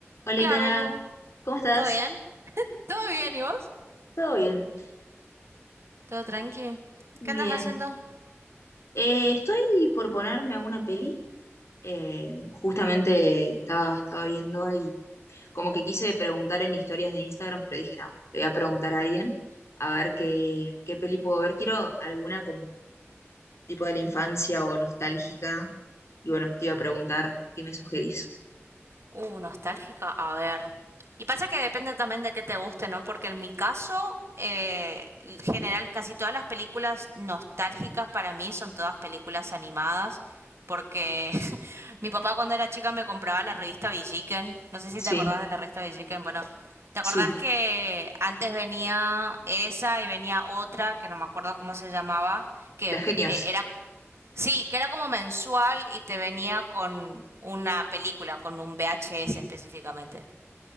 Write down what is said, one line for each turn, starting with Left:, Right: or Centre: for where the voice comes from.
Left: Hola,
Right: Hola,
Left: Itana,
Right: Belu.
Left: ¿cómo estás?
Right: ¿Todo bien? ¿Todo bien y vos?
Left: ¿Todo bien?
Right: ¿Todo tranqui?
Left: Bien.
Right: ¿Qué andas haciendo?
Left: Eh, estoy por ponerme una peli. Eh, justamente estaba, estaba viendo y como que quise preguntar en historias de Instagram, pero dije, no, le voy a preguntar a alguien a ver qué, qué peli puedo ver. Quiero alguna como tipo de la infancia o nostálgica. Y bueno, te iba a preguntar qué me sugerís.
Right: Uh, nostálgica. A ver. Y pasa que depende también de qué te guste, ¿no? Porque en mi caso, eh, general, casi todas las películas nostálgicas para mí son todas películas animadas. Porque <laughs> mi papá cuando era chica me compraba la revista Villiquen. No sé si
Left: Sí,
Right: te acordás de la revista Villiquen. Bueno, ¿te acordás
Left: sí.
Right: que antes venía esa y venía otra, que no me acuerdo cómo se llamaba, que
Left: Las genios.
Right: eh, era Sí, que era como mensual y te venía con una película, con un VHS específicamente.